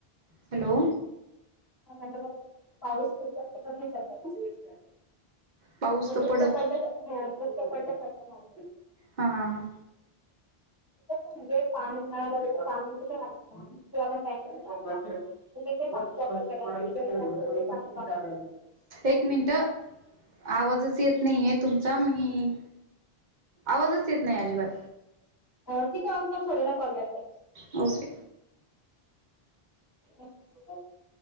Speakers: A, on the right; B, on the left.
A: हॅलो!
B: ह नंतर पाऊस कोत असत पण हे स <unintelligible>
A: पाऊस तर
B: दुष्काळ
A: पडत
B: पडल्या हो दुष्काळ पडल्यासारखं झालंय.
A: हां
B: कसं पाणी मिळालं तर पाण्याची खूप हलत आहे टँकरनं पाणी चालू आहे. मा <unintelligible>
A: एक मिनिट आवाजच येत नाहीये तुमचा मी आवाजच येत नाही अजिबात,
B: अ तिथे <inaudible>
A: ओके
B: ह